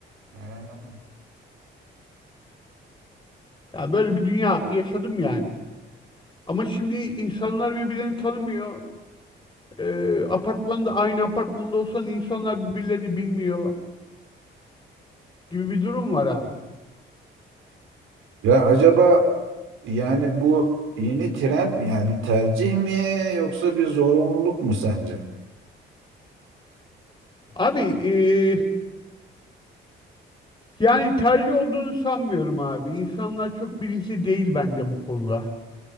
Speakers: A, on the right (about 80°); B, on the left (about 25°).
A: ha.
B: Ya böyle bir dünya yaşadım yani. Ama şimdi insanlar birbirlerini tanımıyor. Ee, apartmanda aynı apartmanda olsan insanlar birbirlerini bilmiyor gibi bir durum var abi.
A: Ya acaba yani bu yeni trend mi yani bir tercih mi yoksa bir zorunluluk mu sence?
B: Abi eee, yani tercih olduğunu sanmıyorum abi. İnsanlar çok bilinçli değil bence bu konuda.